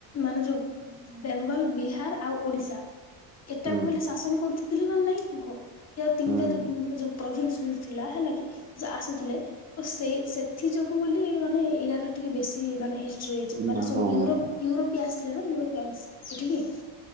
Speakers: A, on the left; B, on the right.
A: ମାନେ ଯୋଉ ବେଙ୍ଗଲ, ବିହାର, ଆଉ ଓଡିଶା ଏଟା
B: ହୁଁ
A: କୁ ହେଲେ ଶାସନ କରୁଥିଲେ ନା ନାଇଁ କୁହ? ୟାର ତିନିଟା
B: ହୁଁ
A: ଯୋଉ <unintelligible> <unintelligible> ଥିଲା ହେଲା କି ସେ ଆସୁଥିଲେ। ତ ସେ ସେଥି ଯୋଗୁ ବୋଲି ମାନେ ଇରାର ଟିକେ ବେଶୀ ମାନେ ହିଷ୍ଟ୍ରି ହେଇଚି।
B: ହୁଁ
A: ମାନେ ସବୁ
B: ହଁ
A: ୟୁରୋପ ୟୁରୋପ ବି ଆସିଥିଲେ ନା ୟୁରୋପିଆନ୍ ଏଠ କି?